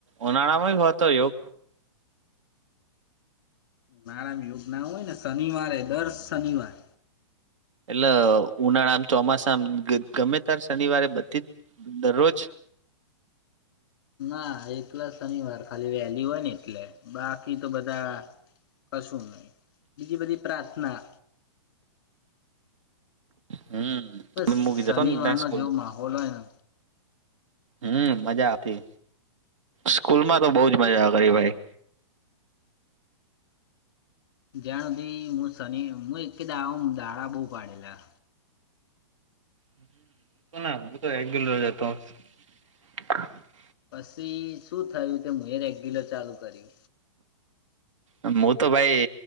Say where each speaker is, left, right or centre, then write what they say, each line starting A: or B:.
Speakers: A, on the right; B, on the left.
A: ઉનાળા માં હોય તો યોગ.
B: <unintelligible> હોય ને શનિવારે દર શનિવાર.
A: એટલે ઉનાળા આમ ચોમાસામ <unintelligible> શનિવારે બધી દરરોજ.
B: ના <inaudible> એટલા શનિવાર ખાલી વેલી હોય ને એટલે બાકી તો બધા કશું નહી. બીજી બધી પ્રાર્થના.
A: હમ <unintelligible>
B: બસ શનિવારનો
A: ત્યાં સ્કૂલ
B: જેવો માહોલ હોય ને
A: હમ મજા આવતી સ્કૂલ માં તો બહુજ મજા કરી ભાઈ.
B: જ્યાણ સુધથી હું શનિ હ એક કે દા દાડા બહુ પાડેલા.
A: <inaudible> <inaudible>
B: પછી શું થયું કે મે રેગ્યુલર ચાલુ કર્યું.
A: હું તો ભાઈ